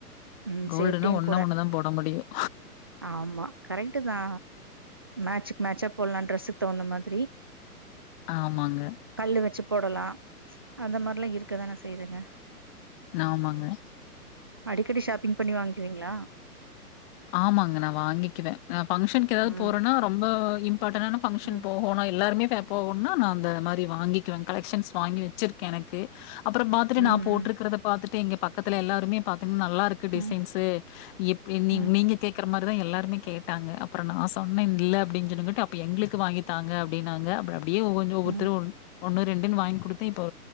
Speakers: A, on the right; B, on the left.
A: ம்
B: கோல்டுனா
A: சேப்டியு
B: ஒண்ணே
A: கூட
B: ஒண்ணு தான் போட முடியும்.
A: ஆமா கரெட்டு தா மேச்சுக் மேச்சா போட்லா ட்ரெஸ்ஸுக்கு தகுந்த மாதிரி
B: ஆமாங்க
A: து வச்சு போடலா அந்த மார்லா இருக்க தான செய்துங்க
B: நாமாங்க
A: அடிக்கடி ஷாப்பிங் பண்ணி வாங்குவீங்ளா
B: ஆமாங்க நா வாங்கிக்குவே நா ஃபங்க்ஷனுக் ஏதாவத்
A: ம்
B: போறேனா ரொம்போ பட் என்னான ஃப்ங்க்ஷன்
A: ம்
B: போவோனா எல்லாருமே ஃபே போவோனா நா அந்த மாரி வாங்கிக்வே கலெக்க்ஷன்ஸ் வாங்கி வ ச்சிருக்கே எனக்கு அப்றோ பாத்துட்டு
A: ம்
B: நா போட்ருக்கறத
A: ம்
B: பாத்துட்டு இங்க பக்கத்துல எல்லாருமே பா து நல்லா இருக்கு டிசைன்ஸு
A: ம்
B: எப்பே நீ
A: ம்
B: நீங்க கேக்கற மாரிதா எல்லாருமே கேட்டாங்க அப்றோ நா சொன்னே இல்ல அப்டின் சொல்லுங்கட்டு அப்ப எங்களுக்கு வாங்கித்தாங்க அப்டி ன்னாங்க அப்டி அப்டியே ஒவ்வொர்த்ரு ஒவ்வொத்துரு
A: ம்
B: ஒன்னு ரெண்டுன் வாய்ங் குடுத்தே இப்போ